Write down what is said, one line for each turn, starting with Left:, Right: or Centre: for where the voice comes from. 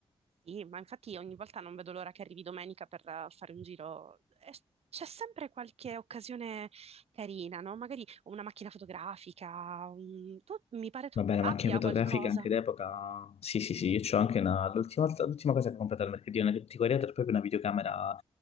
Right: Sì, ma infatti ogni volta non vedo l'ora che arrivi domenica per eh, fare un giro. E C'è sempre qualche occasione carina, no? Magari una macchina fotografica, un- tu- mi pare tu
Left: Va bene,
Right: abbia
Left: macchine fotografiche
Right: qualcosa.
Left: anche d'epoca, sì sì sì, io c'ho anche una... L'ultima volta- l'ultima cosa che ho comprato al mercatino dell'antiquariato era proprio una videocamera